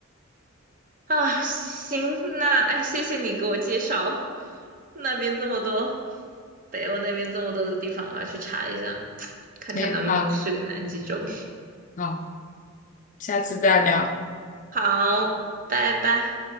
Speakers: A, on the right (about 40°); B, on the left (about 35°).
A: 啊，行，那哎，谢谢你给我介绍那边这么多，北欧那边这么多的地方，我要去查一下，看看能不能去个南极洲。
B: 行，好，好，下次再聊。
A: 好，拜拜。